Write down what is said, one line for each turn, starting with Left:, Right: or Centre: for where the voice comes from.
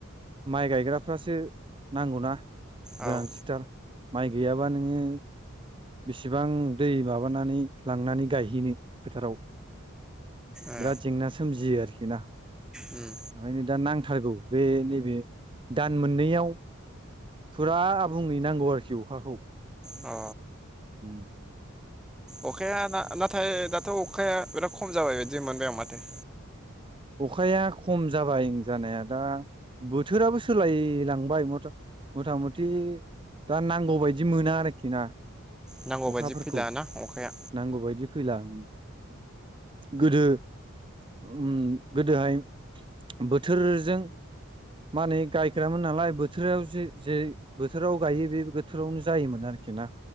Right: माइ गायग्राफ्रासो नांगौना।
Centre: औ
Right: गोनांथिथार। माइ गैयाब्ला नोङो बेसेबां दै माबानानै लांनानै गायहैनो फोथाराव
Centre: ए
Right: बिराद जेंना सोमजियो आरोखि ना
Centre: उम
Right: ओंखायनो दा नांथारगौ बे नैबे दान मोननैयाव फुरा आबुङै नांगौ आरोखि अखाखौ।
Centre: अ
Right: उम
Centre: अखाया नाथाय दाथ' अखाया बिराद खम जाबाय बिदि मोनबाय आं माथो?
Right: अखाया खम जाबाय जानाया दा बोथोराबो सोलायलांबाय मथा मथा मथि दा नांगौबायदि मोना आरोखि ना
Centre: नांगौ
Right: अखाफोरखौ
Centre: बायदि फैला ना अखाया
Right: नांगौबायदि फैला उम गोदो उम गोदोहाय बोथोरजों मानि गायखायामोन नालाय बोथोराव जे जेरै बोथोराव गायो बे बोथोरावनो जायोमोन आरोखि ना।